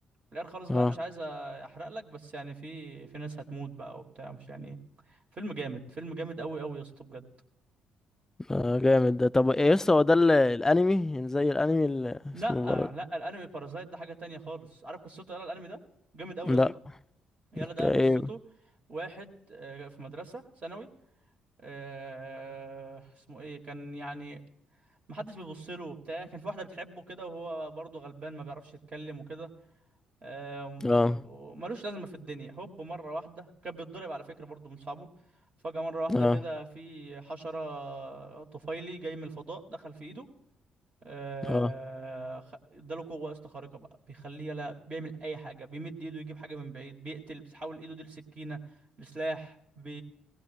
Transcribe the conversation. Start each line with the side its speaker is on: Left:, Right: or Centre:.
Right: في الاخر خالص بقى
Left: اه
Right: مش عايز احرق لك بس يعني في في ناس هتموت بقى وبتاع مش يعني فيلم جامد فيلم جامد قوي قوي يا اسطى بجد
Left: آه، جامد ده طب ايه يسطا هو ده ال- الانمي يعني زي الانمي اللي
Right: لا
Left: اسمه برضه
Right: لا الانمي بارازايت ده حاجة تانية خالص عارف قصته يلا الانمي ده جامد قوي
Left: لا
Right: يا اسطى يلا ده
Left: ك- ايه
Right: قصته واحد آه، في مدرسة ثانوي آه، اسمه ايه كان يعني محدش بيبص له وبتاع كان في واحده بتحبه كده وهو برضه غلبان ما بيعرفش يتكلم وكده آه، وم-
Left: اه
Right: وملوش لازمه في الدنيا هوب مره واحده كان بيتضرب على فكره برضه من صحابه فجاه مره واحده
Left: اه
Right: كده في حشره طفيلي جاي من الفضاء دخل في ايده آه،
Left: اه
Right: خ- اداله قوه اسطى خارقه بقى بيخليه يلا بيعمل اي حاجه بيمد ايده يجيب حاجه من بعيد بيقتل بيحول ايده دي لسكينه لسلاح بي